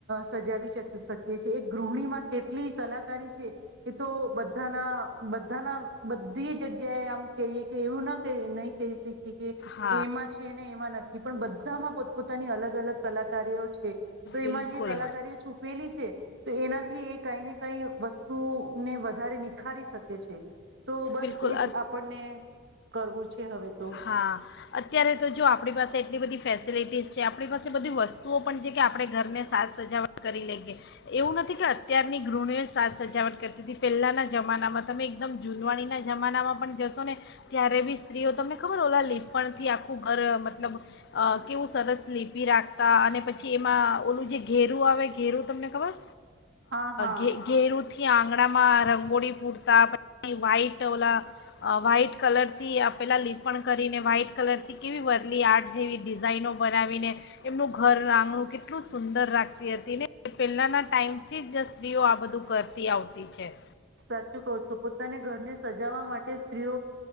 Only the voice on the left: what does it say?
હા
બિલકુલ
બિલકુલ
હા અત્યારે તો જો આપણી પાસે એટલી બધી ફેસિલિટીઝ છે આપણી પાસે બધી વસ્તુઓ પણ છે કે આપણે ઘરને સાસ સજાવટ કરી લઈએ એવું નથી કે અત્યારની ગૃહણીઓએ સાસ સજાવટ કરતી હતી પહેલાના જમાનામાં તમે એકદમ જૂનવાણી ના જમાનામાં પણ જશો ને ત્યારે બી સ્ત્રીઓ તમને ખબર ઓલા લીપણ થી આખું ઘર મતલબ કેવું સરસ લીપી રાખતા અને પછી એમાં ઓલું જે ઘેરું આવે ઘેરું તમને ખબર
ઘે ઘેરુથી થી આંગણામાં રંગોળી પૂરતા પછી વ્હાઈટ ઓલા વ્હાઈટ કલરથી આ પેલા લીપણ કરીને વ્હાઈટ કલરથી કેવી વદલી આર્ટ જેવી ડિઝાાઈનો બનાવીને એમનું ઘર આંગણું કેટલું સુંદર રાખતી હતી ને પહેલાના ટાઈમથી જ સ્ત્રીઓ આ બધું કરતી આવતી છે.